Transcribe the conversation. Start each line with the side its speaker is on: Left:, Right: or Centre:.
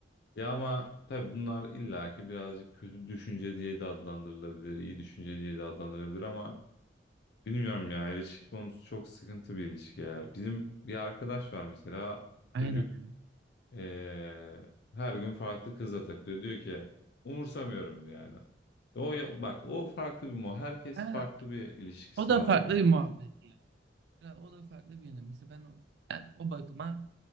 Left: Ya ama tabii bunlar illaki birazcık kötü düşünce diye de adlandırılabilir, iyi düşünce diye de adlandırılabilir ama bilmiyorum ya ilişki konusu çok sıkıntı bir ilişki ya. Bizim bir arkadaş var mesela çocuk
Right: aynen.
Left: eee, her gün farklı kızla takılıyor. Diyor ki umursamıyorum diyor yani. O ya- bak o farklı bir mo. Herkes
Right: Ha,
Left: farklı bir ilişkisi
Right: o da
Left: var
Right: farklı
Left: yani.
Right: bir muhabbet ya. Ya O da farklı bir yönü. Mesela ben o, yani o bakıma